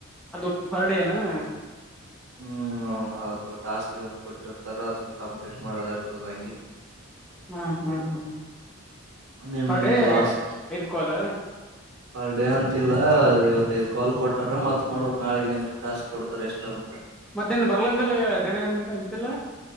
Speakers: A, in the centre; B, on the right.
A: ಅದು ಪರ್ಡನಾ
B: ಹ್ಮ್ ಅದ ಟಾಸ್ಕ್ ಇವತ್ತು ಕೊಟ್ಟಿರ್ತಾರ ಅದ ಕಂಪ್ಲೀಟ್ ಮಾಡೋದ ಇರ್ತದ ನಂಗೆ
A: ಹ್ಮ್ ಹ್ಮ್ ಹ್ಮ್
B: ನಿಮ್ಲಿಂದ
A: ಪಡೆ
B: ಲಾಸ್ ಆಯ್ತು
A: ಇದ್ ಕಲ್
B: ಪರ್ ಡೇ ಅಂತಿಲ್ಲ ಇವತ್ತೈದ್ ಕಾಲ್ ಕೊಟ್ಟಾರ ಮತ್ ನೋಡಕ್ ನಾಳಗ ಏನ್ ಟಾಸ್ಕ್ ಕೊಡ್ತಾರೆ ಎಷ್ಟ ಅಂತ
A: ಮತ್ತೆಂದ ಬರ್ಲಂತಲ್ಲ ದಿನಿನ ಅಂಂತೆಲ್ಲ